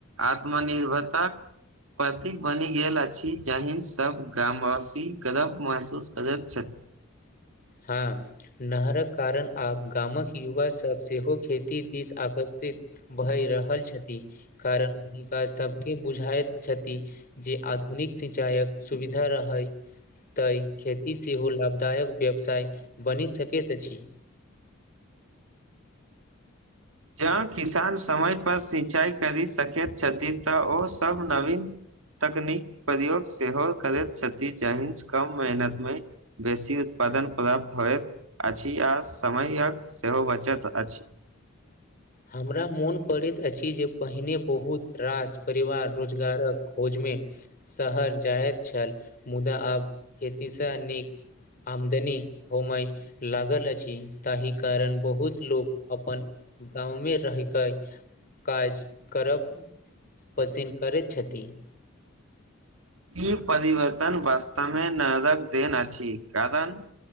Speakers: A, on the right; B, on the left.
A: आत्मनिर्भरताक प्रतीक बनि गेल अछि जाहिन सभ गामवासी गर्व महसूस करैत छथि
B: हँ नहरक कारण आब गामक युवा सब सेहो खेती दिस आकर्षित भहि रहल छथि कारण हुनका सभके बुझाइत छथि जे आधुनिक सिंचाईक सुविधा रहय तै खेती सेहो लाभदायक व्यवसाय बनि सकैत अछि
A: जँ किसान समय पर सिंचाई करि सकैत छथिन तऽ ओ सब नवीन तकनीक प्रयोग सेहो करैत छथि जाहि कम मेहनत मे बेसी उत्पादन प्राप्त होइत अछि आ समयक सेहो बचत अछि
B: हमरा मोन पड़ैत अछि जे पहिने बहुत राज परिवार रोजगारक खोज मे शहर जायइत छल मुदा आब खेतीस नीक आमदनी होमय लागल अछि ताहि कारण बहुत लोको अपन। गाव मे रहिके काज करब पसिन्न करैत छथिन
A: ई परवर्तन बास्तवमे नजकऽ देन अछि कारण